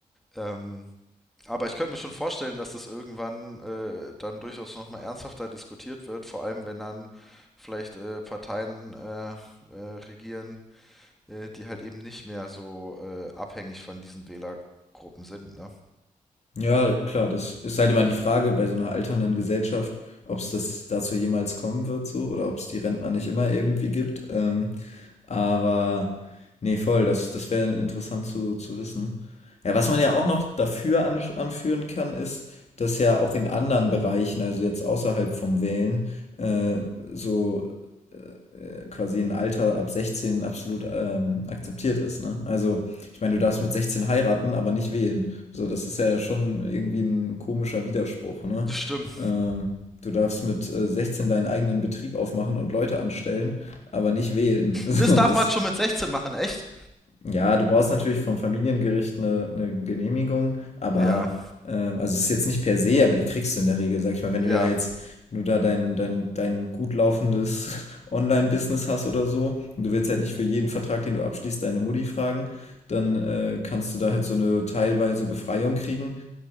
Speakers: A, in the centre; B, on the left (about 50°).
A: Ähm, aber ich könnte mir schon vorstellen, dass das irgendwann äh, dann durchaus nochmal ernsthafter diskutiert wird, vor allem wenn dann vielleicht äh, Parteien äh, äh, regieren, äh, die halt eben nicht mehr so äh, abhängig von diesen Wählergruppen sind, ne?
B: Ja, klar, das ist halt immer die Frage bei so einer alternden Gesellschaft, ob es das dazu jemals kommen wird so oder ob es die Rentner nicht immer irgendwie gibt. Ähm, aber ne, voll, das das wäre interessant zu zu wissen. Ja, was man ja auch noch dafür ansch anführen kann, ist, dass ja auch in anderen Bereichen, also jetzt außerhalb vom Wählen, äh, so äh, quasi ein Alter ab 16 absolut ähm, akzeptiert ist. Ne? Also, ich meine, du darfst mit 16 heiraten, aber nicht wählen. So, das ist ja schon irgendwie ein komischer Widerspruch. Ne?
A: Das stimmt.
B: Ähm, du darfst mit äh, 16 deinen eigenen Betrieb aufmachen und Leute anstellen, aber nicht wählen. <laughs> So,
A: Das darf
B: das
A: man schon mit 16 machen, echt?
B: ja, du brauchst natürlich vom Familiengericht eine, eine Genehmigung, aber
A: Ja,
B: ähm, also es ist jetzt nicht per se, aber die kriegst du in der Regel, sag ich mal, wenn
A: ja,
B: du da jetzt, wenn du da dein, dein, dein gut laufendes <laughs> Online-Business hast oder so, und du willst halt nicht für jeden Vertrag, den du abschließt, deine Mutti fragen, dann äh, kannst du da halt so eine teilweise Befreiung kriegen.